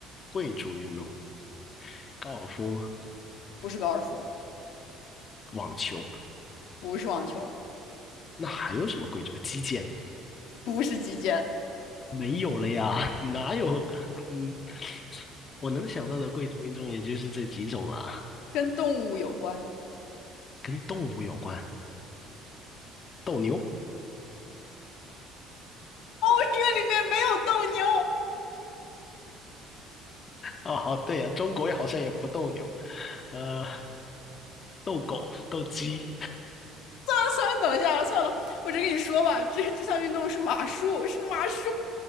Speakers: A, on the left; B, on the left.
A: 贵族运动，高尔夫吗？
B: 不是高尔夫，
A: 网球？
B: 不是网球，
A: 那还有什么贵族？击剑？
B: 不是击剑，
A: 没有了呀，<laughs> 哪有？嗯，我能想到的贵族运动也就是这几种了，
B: 跟动物有关。
A: 跟动物有关，斗牛。
B: 奥运里面没有斗牛。
A: 哦，好，对呀、中国好像也不斗牛，呃，斗狗、斗鸡，
B: 啊，算了，等一下，算了，我直接跟你说吧，这这项运动是马术，是马术。